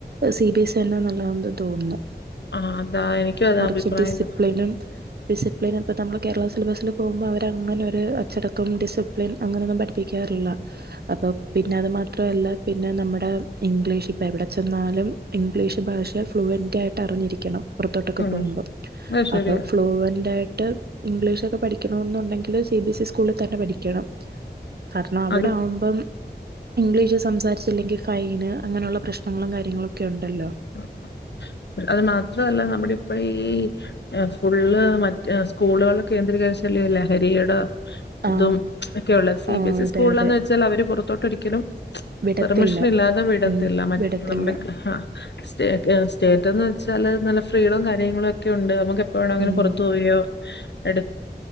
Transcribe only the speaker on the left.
ആഹ് അതാ എനിക്കും അതാ
അഭിപ്രായം
ഉം
അത് ശരിയാ
അതും
ആഹ് ആഹ് ഇപ്പഴ് അത് മാത്രവല്ല നമ്മുടെ ഇപ്പഴീ ഏഹ് ഫുള്ള് മറ്റ് സ്കൂളുകള് കേന്ദ്രീകരിച്ചല്ലേ ലഹരിയ്ടെ
ഇതും മ്ച്ചും ഒക്കെയുള്ളെ സി
ബി എസ് ഇ
സ്കൂളിലന്ന്
വെച്ചാൽ അവര് പുറത്തോട്ട് ഒരിക്കലും മ്ച്ചും
പെർമിഷൻ ഇല്ലാതെ വിടത്തില്ല
മറ്റ്
നമ്മുടെ കെ ഹാ സ്റ്റേക് സ്റ്റേറ്റന്ന് വെച്ചാല് നല്ല ഫ്രീഡവും കാര്യങ്ങളും ഒക്കെ ഉണ്ട് നമുക്ക് എ അങ്ങനെ
പുറത്ത് പോകയോ എടു